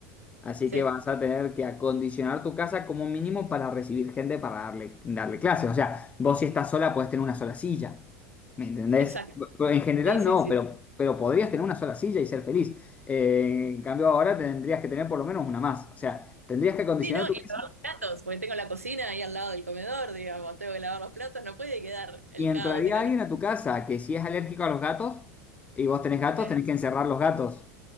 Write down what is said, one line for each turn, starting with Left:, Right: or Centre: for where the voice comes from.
Left: Así
Right: Sí,
Left: que vas a tener que acondicionar tu casa como mínimo para recibir gente para darle, darle clases. O sea, vos si estás sola podés tener una sola silla. ¿Me entendés?
Right: exacto.
Left: En general
Right: Sí, sí,
Left: no,
Right: sí.
Left: pero, pero podrías tener una sola silla y ser feliz. Eh, en cambio ahora tendrías que tener por lo menos una más. O sea, tendrías que acondicionar
Right: Sí, ¿no?
Left: tu
Right: Y
Left: casa
Right: lavar los platos, porque tengo la cocina ahí al lado del comedor, digamos, tengo que lavar los platos, no puede quedar el
Left: y entraría
Right: caos de la
Left: alguien
Right: noche.
Left: a tu casa que si es alérgico a los gatos y vos tenés gatos,
Right: Eh,
Left: tenés que encerrar los gatos.